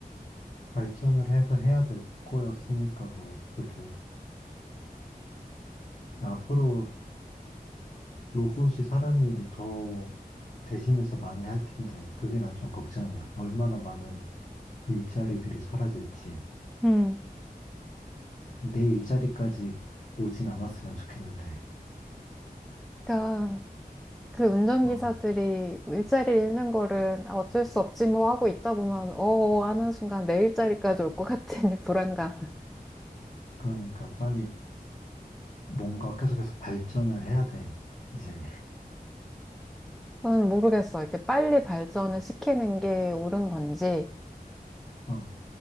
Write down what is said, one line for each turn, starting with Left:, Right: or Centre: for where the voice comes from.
Left: 발전을 해서 해야 될 거였으니까 뭐 어떻게 앞으로 로봇이 사람의 일을 더 대신해서 많이 할 텐데 그게 난 좀 걱정이야. 얼마나 많은 일자리들이 사라질지
Centre: 음.
Left: 내 일자리까지 오진 않았으면 좋겠는데.
Centre: 그러니까, 그 운전기사들이
Left: 어
Centre: 일자리를 잃는 거를 아, 어쩔 수 없지 뭐 하고 있다 보면, 어, 어, 하는 순간 내 일자리까지 올 것 같은 <laughs> 이 불안감.
Left: 그러니까 빨리 뭔가 계속해서 발전을 해야 돼 이제.
Centre: 저는 모르겠어. 이렇게 빨리 발전을 시키는 게 옳은 건지,
Left: 어,